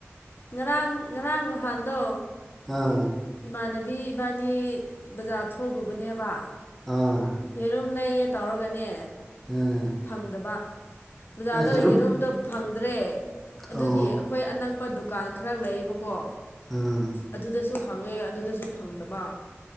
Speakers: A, on the left; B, in the centre.
A: ꯉꯔꯥꯡ ꯉꯔꯥꯡ ꯅꯍꯥꯟꯗꯣ
B: ꯎꯝ
A: ꯏꯃꯥꯟꯅꯕꯤ ꯏꯕꯥꯅꯤ ꯕꯖꯥꯔ ꯊꯣꯛꯂꯨꯕꯅꯦꯕ
B: ꯑꯥ
A: ꯌꯦꯔꯨꯝ ꯂꯩꯌꯦ ꯇꯧꯔꯒꯅꯦ
B: ꯑꯥ
A: ꯐꯪꯗꯕ ꯕꯖꯥꯔꯗ
B: ꯑꯁ ꯌꯦꯔꯨꯝ
A: ꯌꯦꯔꯨꯝꯗꯣ ꯐꯪꯗ꯭ꯔꯦ ꯑꯗꯨꯒꯤ
B: ꯑꯣ
A: ꯑꯩꯈꯣꯏ ꯑꯅꯛꯄꯗꯨ ꯗꯨꯀꯥꯟ ꯈꯔ ꯂꯩꯌꯦꯕꯀꯣ
B: ꯑꯥ
A: ꯑꯗꯨꯗꯁꯨ ꯍꯪꯉꯦ ꯑꯗꯨꯗꯁꯨ ꯐꯪꯗꯕ